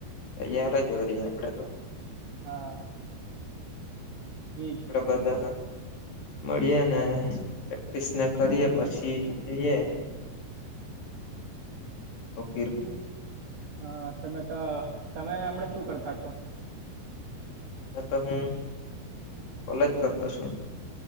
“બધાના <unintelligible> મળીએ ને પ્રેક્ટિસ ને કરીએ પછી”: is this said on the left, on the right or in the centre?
Left